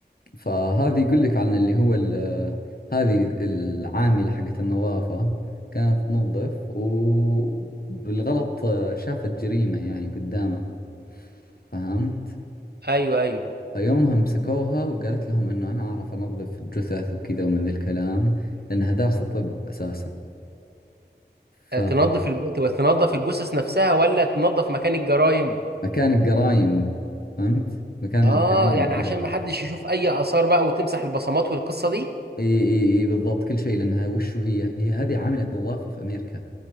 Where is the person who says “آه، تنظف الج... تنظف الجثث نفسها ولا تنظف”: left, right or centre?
Right